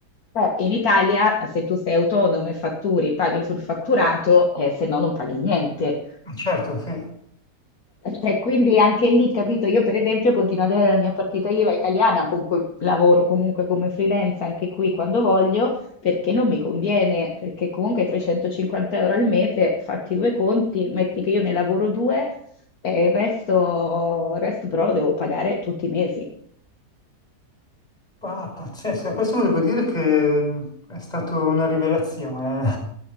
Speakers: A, on the left; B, on the left.
A: Eh, In Italia, se tu sei autonomo e fatturi, paghi sul fatturato, eh, se no non paghi niente.
B: Ah, Certo, sì.
A: E quindi anche lì, capito, io per esempio continuo ad avere la mia partita IVA italiana con cui lavoro comunque come freelance anche qui quando voglio, perché non mi conviene, perché comunque 350 euro al mese, fatti due conti, metti che io ne lavoro due e il resto, il resto però lo devo pagare tutti i mesi.
B: Ah, pazzesco, questo devo dire che è stata una rivelazione. <laughs>